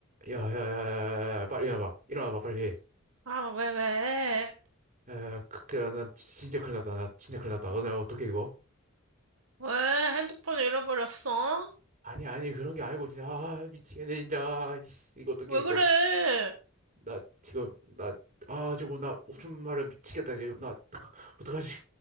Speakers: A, on the right; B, on the right.
A: 야야야야야야 빨리 일어나봐 일어나봐 빨리
B: 아, 왜, 왜?
A: 야야 그나 진짜 큰일 났다 나 진짜 큰일 났다 너내 어떻게 이거
B: 왜 핸드폰 잃어버렸어?
A: 아니 아니 그런 게 아니고 진짜 아 미치겠네 진짜 아이씨, 이거 어떻게
B: 왜
A: 이거
B: 그래?
A: 나 지금 나 아 저거 나 옵션 말려 미치겠다 지금 나 <laughs> 어떡하지